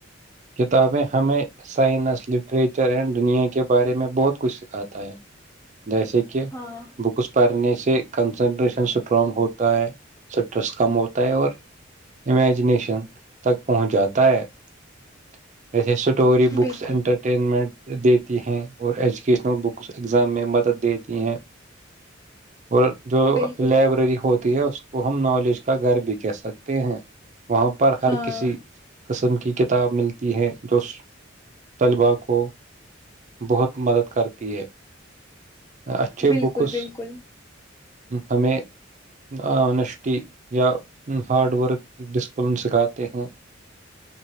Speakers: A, on the right (about 40°); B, on the left (about 15°).
A: کتابیں ہمیں سائنس لٹریچر اینڈ دنیا کے بارے میں بہت کچھ سکھاتا ہے جیسے کہ
B: ہاں
A: بکس پنس سے کنسنٹریشن اسٹرانگ ہوتا ہے اسٹریس کم ہوتا ہے اور امیجنییشن تک پہنچ جاتا ہے <unintelligible> اسٹوری بکس
B: بالکل
A: ان انٹرٹینمنٹ دیتی ہیں اور ایجوکیشنل بکس ایگزام میں مدد دیتی ہیں اور جو
B: بالکل
A: لائبریری ہوتی ہے اس وہ ہم نالج کا گھر بھی کہہ سکتے ہیں وہاں پر ہر
B: ہاں
A: کسی قسم کی کتاب ملتی ہیں جو طلبا کو بہت مدد کرتی ہے اچھے
B: بالکل
A: بکس
B: بالکل
A: ہمیں آنیسٹی یا ہارڈ ورک ڈسپلن سکھاتے ہیں